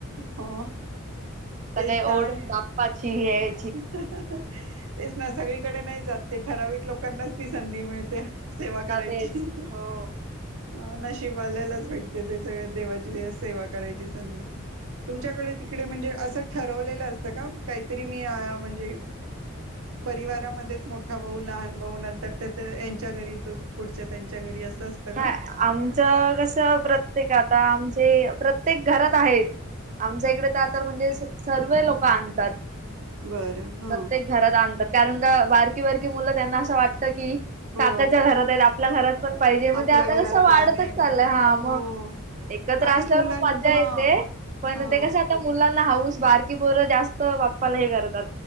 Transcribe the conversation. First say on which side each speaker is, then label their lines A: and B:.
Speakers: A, on the right; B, on the right.
A: हो
B: आता
A: तेच
B: काय
A: तर
B: ओढ
A: आहे
B: बाप्पाची आहे
A: तेच ना सगळीकडे नाही जात ते ठराविक लोकांनाच ती संधी मिळते सेवा
B: हा ना
A: करायची
B: तेच हो
A: अ नशिबवाल्यालाच
B: हो
A: भेटते ते सगळ देवाची सेवा करायची संधी तुमच्याकडे
B: ना
A: तिकडे म्हणजे असं ठरवलेलं असतं काहीतरी ी <unintelligible> म्हणजे परिवारामध्येच मोठा भाऊ लहान भाऊ नंतर त्यांच्या घरी पुढ त्यांच्या घरी असतं
B: नाही
A: का?
B: आमचं कस प्रत्येक आता आम ते प्रत्येक घरात आहेत आमच्या इकडे तर तर म्हणजे सर्व लोक आणतात
A: बरं हा
B: प्रत्येक घरात आणतात कारण का बारकी बारकी मुलं त्यांना असं वाटत की
A: हो
B: काकाच्या घरात आहेत आपल्या घरात पण पाहिजे मग
A: आपल्या
B: आता
A: घरात
B: कसं वाढतच
A: का नाही म्हणा
B: चाललंय हा मग
A: हो
B: एकत्र
A: आणि
B: असल्यावर
A: मुलां
B: म मज्जा
A: हा
B: येते पण
A: हा
B: ते कस आता मुलांना हाऊस बारकी पोर जास्त बाप्पाला हे करतात